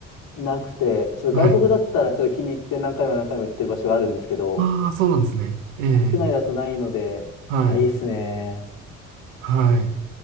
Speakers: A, on the left; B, on the right.
A: なくて、ちょっと外国だったらちょっと気に入って何回も何回も行ってる場所があるんですけど、
B: はい。ああ、そうなんですね。ええ
A: 国内だとないので、
B: はい。
A: いや、いいっすね。
B: はい。